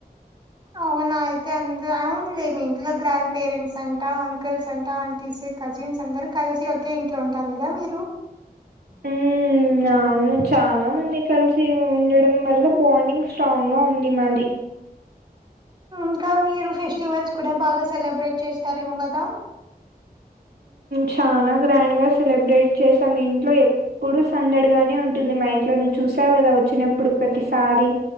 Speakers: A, on the right (about 30°); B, on the right (about 80°).
A: అవునా అయితే అందు అవునులే మీ ఇంట్లో గ్రాండ్ పేరెంట్స్ అంటా, అంకుల్స్ అంటా, ఆంటీస్ కజిన్స్ అందరు కలిసి ఒకే ఇంట్లో ఉంటారు కదా మీరు
B: ఉ అవును చాలా మంది కలిసి ఉండడం వల్ల బాండింగ్ స్ట్రాంగ్ గా ఉంది మాది
A: ఇంకా మీరు ఫెస్టివల్స్ కూడా బాగా సెలబ్రేట్ చేస్తారేమో కదా
B: చానా గ్రాండ్ గా సెలబ్రేట్ చేసాం ఇంట్లో ఎప్ ప్పుడు సందడిగానే ఉంటుంది మా ఇంట్లో నువ్వు చూసావు గదా వచ్చినప్పుడు ప్రతిసారి